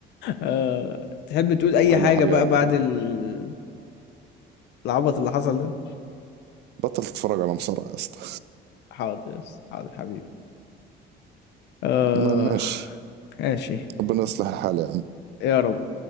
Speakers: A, on the left; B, on the right.
A: آه، تحب تقول اي
B: هلا
A: حاجة
B: حق
A: بقى
B: يعني
A: بعد ال- العبط اللي حصل ده
B: بطل تتفرج على مصارعة يا اسطى
A: حاضر حاضر حبيبي آه
B: ما- ماشي
A: ماشي
B: ربنا يصلح الحال يعني
A: يا رب